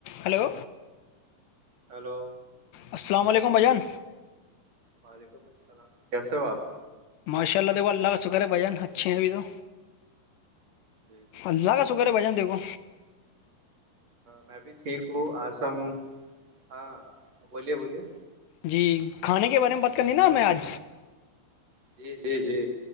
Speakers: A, on the left; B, on the right.
A: ہلو
B: ہیلو
A: السلام علیکم بھائی جان
B: وعلیکم السلام کیسے ہو آپ
A: ماشاء اللہ دیکھو اللہ کا شکر ہے بھجن اچھے ہیں ابھی تو
B: جی جی
A: اللہ کا س گھر بج ج دے کوو
B: میں بھی ٹھیک ہوں آجم ہاں بولیے بولیے
A: جی کھانے کے بارے میں بات کرنی نا ہمیں آج
B: جی جی جی